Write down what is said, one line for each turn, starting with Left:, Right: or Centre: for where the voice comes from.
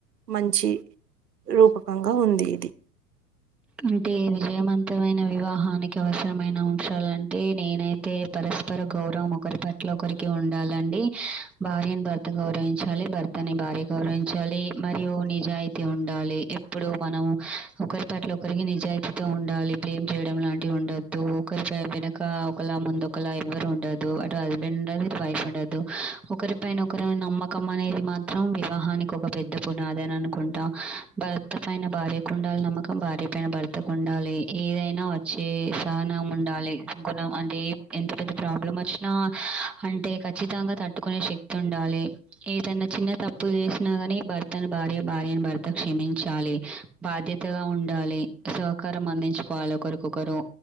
Right: మంచి రూపకంగా ఉంది ఇది
Centre: అంటే విజయవంతమైన వివాహానికి అవసరమైన అంశాలంటే నేనైతే పరస్పర పరస్పర గౌరవం ఒకరి పట్ల ఒకరికి ఉండాలండి భార్యను భర్త గౌరవించాలి భర్తని భార్య గౌరవించాలి మరియు నిజాయితీ ఉండాలి ఎప్పుడు మనము ఒకరి పట్ల ఒకరు ఒకరికి నిజాయితీతో ఉండాలి బ్లేమ్ చేయడం లాంటివి ఉండద్దు ఒకరి వెనక ఒకలా ముందు ఒకలా ఎవరు ఉండదు అటు హస్బెండ్ ఉండదు ఇటు వైఫ్ ఉండదు ఒకరి పైన ఒకరు నమ్మకం అనేది మాత్రం వివాహానికి ఒక పెద్ద పునాది అని అనుకుంటాం భర్త పైన భార్యకు ఉండాలి నమ్మకం భార్య పైన భర్తకు ఉండాలి ఏదైనా వచ్చే సహనం ఉండాలి గుణం అంటే ఎంత పెద్ద ప్రాబ్లం వచ్చిన అంటే ఖచ్చితంగా తట్టుకునే తట్టుకునే శక్తి ఉండాలి ఏదన్నా చిన్న తప్పు చేసినా కాని భర్తను భార్య భార్యని భర్త క్షమించాలి క్షమించాలి బాధ్యతగా ఉండాలి సహకారం అందించుకోవాలి ఒకరికొకరు